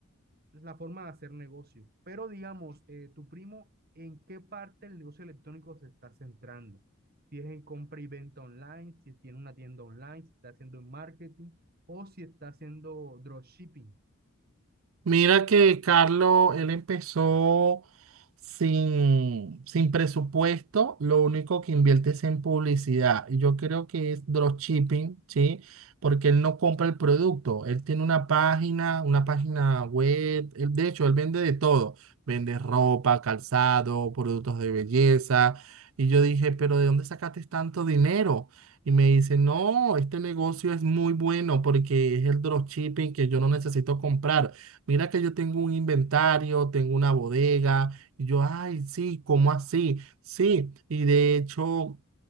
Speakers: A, on the right; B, on the right.
A: pues, la forma de hacer negocio. Pero digamos, eh, tu primo, ¿en qué parte del negocio electrónico se está centrando? Si es en compra y venta online, si tiene una tienda online, si está haciendo marketing o si está haciendo dropshipping.
B: Mira que Carlos, él empezó sin, sin presupuesto, lo único que invierte es en publicidad. Y yo creo que es dropshipping, ¿sí? Porque él no compra el producto, él tiene una página, una página web, él- de hecho, él vende de todo, vende ropa, calzado, productos de belleza. Y yo dije, pero ¿de dónde sacaste tanto dinero? Y me dice, no, este negocio es muy bueno porque es el dropshipping que yo no necesito comprar mira que yo tengo un inventario, tengo una bodega. Y yo, ay, sí, ¿cómo así? Sí, y de hecho